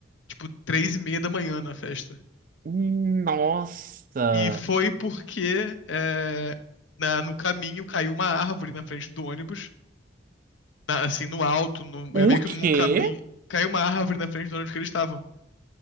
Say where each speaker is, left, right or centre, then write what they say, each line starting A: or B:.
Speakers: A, on the left; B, on the right.
A: tipo, três e meia da manhã na festa.
B: Nossa!
A: E foi porque é, na- no caminho caiu uma árvore na frente do ônibus. na- assim, no alto, no-
B: O
A: é meio que
B: quê?
A: num caminho. Caiu uma árvore na frente do ônibus que eles estavam.